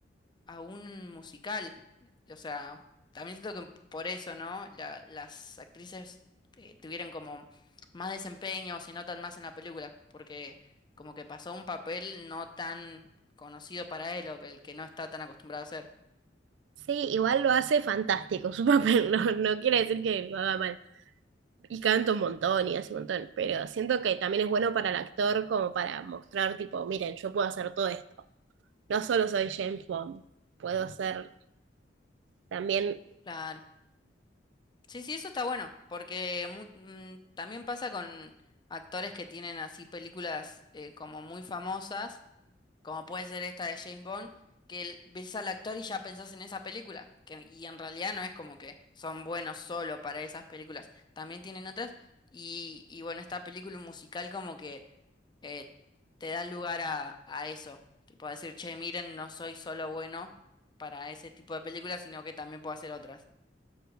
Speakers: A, on the left (about 25°); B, on the right (about 75°).
A: a un musical. O sea, también siento que por eso, ¿no? La- las actrices eh, tuvieron como más desempeño, se notan más en la película, porque como que pasó un papel no tan conocido para él o que el que no está tan acostumbrado a hacer.
B: Sí, igual lo hace fantástico su papel, <laughs> no, no quiere decir que lo haga mal. Y canto un montón y hace un montón, pero siento que también es bueno para el actor como para mostrar, tipo, miren, yo puedo hacer todo esto. No solo soy James Bond, puedo ser también...
A: Claro. Sí, sí, eso está bueno, porque mu- mm, también pasa con actores que tienen así películas eh, como muy famosas como puede ser esta de James Bond, que el- ves al actor y ya pensás en esa película, que, y en realidad no es como que son buenos solo para esas películas, también tienen otras, y, y bueno, esta película musical como que eh, te da lugar a, a eso, que puedo decir, che, miren, no soy solo bueno para ese tipo de películas, sino que también puedo hacer otras.